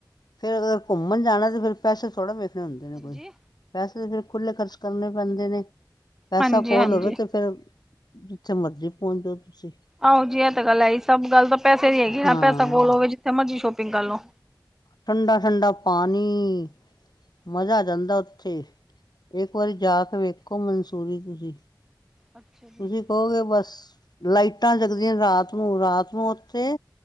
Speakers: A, on the left; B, in the centre.
A: ਫੇਰ ਅਗਰ ਘੁੰਮਣ ਜਾਣਾ ਤਾਂ ਫਿਰ ਪੈਸੇ ਥੋੜ੍ਹਾ ਵੇਖ ਪੈਸੇ ਹੁੰਦੇ
B: ਹਾਂਜੀ।
A: ਨੇ ਕੋਈ ਪੈਸੇ ਤਾਂ ਫਿਰ ਖੁੱਲ੍ਹੇ ਖਰਚ ਕਰਨੇ ਪੈਂਦੇ ਨੇ। ਪੈਸਾ
B: ਹਾਂਜੀ
A: ਕੋਲ
B: ਹਾਂਜੀ।
A: ਹੋਵੇ ਤੇ ਫੇਰ ਜਿੱਥੇ ਮਰਜ਼ੀ ਪਹੁੰਚ ਜਾਓ ਤੁਸੀਂ।
B: ਆਹੋ ਜੀ ਇਹ ਤਾਂ ਗੱਲ ਆਈ ਸਭ ਗੱਲ ਤਾਂ ਪੈਸੇ ਦੀ ਹੈਗੀ
A: ਹਾਂ
B: ਪੈਸਾ ਕੋਲੋਵੇ ਜਿੱਥੇ ਮਰਜ਼ੀ ਸ਼ੋਪਿੰਗ ਕਰ ਲੋ।
A: ਠੰਡਾ ਠੰਡਾ ਪਾਣੀ ਮਜ਼ਾ ਆ ਜਾਂਦਾ ਉੱਥੇ। ਇੱਕ ਵਾਰੀ ਜਾ ਕੇ ਵੇਖੋ ਮਨਸੂਰੀ ਤੁਸੀਂ
B: ਅੱਛਾ ਜੀ
A: ਤੁਸੀਂ ਕਹੋਗੇ ਬਸ ਲਾਈਟਾਂ ਜਗਦੀਆਂ ਰਾਤ ਨੂੰ ਰਾਤ ਨੂੰ ਉੱਥੇ